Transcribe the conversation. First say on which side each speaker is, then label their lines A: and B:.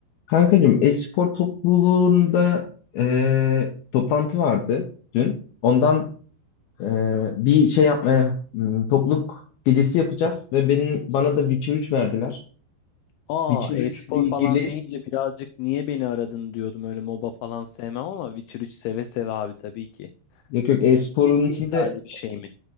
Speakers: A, on the left; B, on the left.
A: Kankacığım, e-spor topluluğunda e, toplantı vardı dün. Ondan e, bir şey yapmaya hmm, topluluk gecesi yapacağız ve benim bana da Witcher üç verdiler.
B: Aa,
A: Witcher
B: e-spor
A: üç ile ilgili
B: falan deyince birazcık niye beni aradın diyordum. Öyle MOBA falan sevmem ama Witcher 3 seve seve abi tabii ki.
A: yok yok e-sporun
B: Quiz game
A: içinde
B: tarzı bir şey mi?